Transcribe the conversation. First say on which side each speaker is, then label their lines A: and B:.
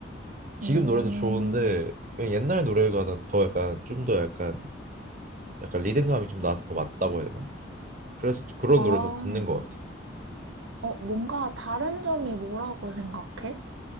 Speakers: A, on the right (about 40°); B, on the right (about 85°).
A: 지금
B: 음,
A: 노래도 좋은데 그냥 옛날 노래가 난 더 약간 좀 더 약간 약간 리듬감이 좀 나한테 더 맞다고 해야 되나? 그래서 그런
B: 아, 어,
A: 노래 더 듣는 것 같아.
B: 뭔가 다른 점이 뭐라고 생각해?